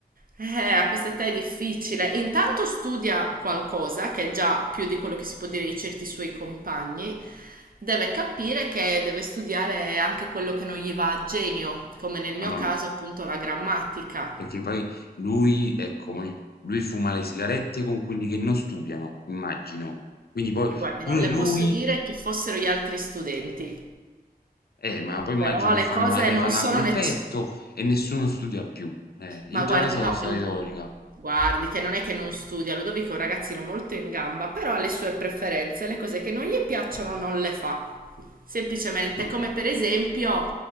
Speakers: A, on the right; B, on the left.
A: Eh, a questa età è difficile. Intanto studia qualcosa, che è già più di quello che si può dire di certi suoi compagni. Deve capire che deve studiare anche quello che non gli va a genio, come nel mio
B: no, ma-
A: caso appunto la grammatica.
B: perché poi lui, ecco, come- lui fuma le sigarette con quelli che non studiano, immagino. Quindi poi
A: Guardi,
B: pure
A: non le
B: lui,
A: posso dire chi fossero gli altri studenti,
B: eh, ma poi immagino
A: però
B: che
A: le
B: fanno,
A: cose
B: eh,
A: non
B: fanno
A: sono
B: a gruppetto
A: necessarie.
B: e nessuno studia più. Eh, io
A: Ma
B: già
A: guardi,
B: la so,
A: no,
B: sta
A: l-
B: retorica,
A: guardi che non è che non studia, Ludovico è un ragazzino molto in gamba, però ha le sue preferenze, le cose che non gli piacciono non le fa. Semplicemente, come per esempio,